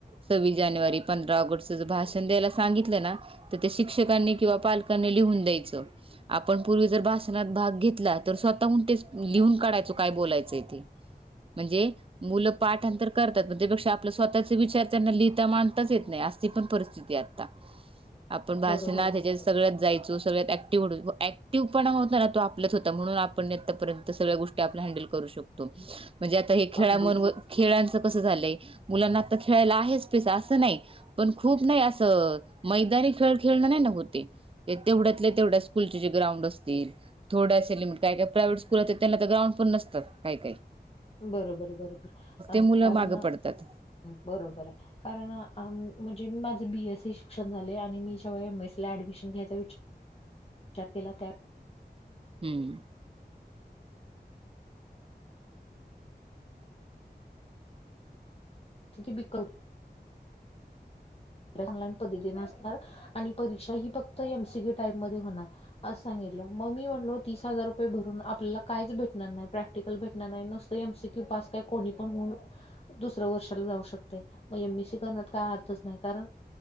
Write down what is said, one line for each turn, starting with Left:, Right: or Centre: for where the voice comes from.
Right: सव्वीस जानेवारी पंधरा ऑगस्ट भाषण द्यायला सांगितलं ना, तर ते शिक्षकांनी किंवा पालकांनी लिहून द्यायचं. आपण पूर्वी जर भाषणात भाग घेतला तर स्वतःणतेच लिहून काढायचो काय बोलायचंय ते म्हणजे मुलं पाठांतर करतात पण त्यापेक्षा आपला स्वतःचे विचार त्यांना लिहिता मांडताच येत नाही अस. ती पण परिस्थिती आता.
Left: <inaudible>
Right: आपण भाषणा
Left: बरोबर
Right: त्याच्यात
Left: बरोबर
Right: सगळंच जायचं. जो सगळ्यात ऍक्टिव्ह ऍक्टिव पणा होता ना तो आपल्याच होता म्हणून आपण आत्तापर्यंत. सगळ्या गोष्टी आपल हँडल करू शकतो म्हणजे आता हे खेळांबरोबर.
Left: अगदीच
Right: खेळांचं कसं झालंय मुलांना आता खेळायला आहेच स्पेस असं नाही. पण खूप नाही असं मैदानी खेळ खेळणं नाही ना होते. ते तेवढ्यातल्या तेवढ्या स्कूलचे जे ग्राउंड असतील थोड्याच लिमिट काय काय प्रायवेट स्कू पुन्हा त्यांना तर ग्राउंड पण नसतात काही काही.
Left: बरोबर बरोबर अ
Right: मुलं
Left: कारण
Right: मागं
Left: अ
Right: पडतात
Left: <inaudible> बरोबर आहे. कारण अ अ म्हणजे मी माझं बीएससी शिक्षण झाले आणि मी जेव्हा एम एसी ला ऍडमिशन घ्यायचा विचार <inaudible> विचार केला त्या.
Right: हम्म
Left: <unintelligible> ऑनलाईन पद्धतीन असणार. आणि परीक्षा ही फक्त एमसीक्यू टाईप मध्ये होणार अस सांगितलं मग मी म नो तीस हजार रुपये भरून आपल्याला कायच भेटणार नाही प्रॅ प्रॅक्टिकल भेटणार नाही नूसत एमसीक्यू पास काय कोणी पण हून. दुसऱ्या वर्षाला जाऊ शकते मग एमएससी करण्यात काय अर्थच नाही कारण.